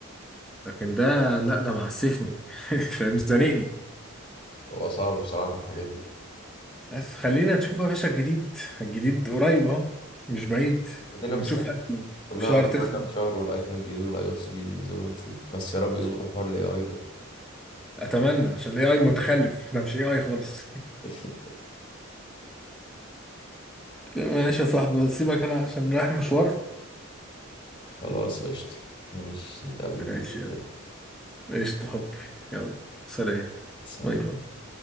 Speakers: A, in the centre; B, on the left (about 25°).
A: لكن ده لا ده معسفني <laughs> فاهم زنقني
B: هو صعب بصراحة في الحاجات دي
A: بس خلينا نشوف يا باشا الجديد الجديد قريب اهو مش بعيد
B: مدينة
A: بنشوف
B: مستنية
A: أبل
B: كلها
A: في شهر
B: كلها
A: تسعة
B: كام شهر والايفون الجديد والاي او اس الجديد ينزلوا ونشوف بس يا رب يظبطوا حوار الاي اي ده
A: اتمنى عشان الاي اي متخلف احنا مش اي اي خالص
B: <laughs>
A: <laughs> ماشي يا صاحبي سيبك انا عشان رايح مشوار
B: خلاص قشطة ماشي نتقابل بالليل
A: ماشي يلا.
B: كده
A: قشطة حبي يلا سلام
B: سلام
A: باي باي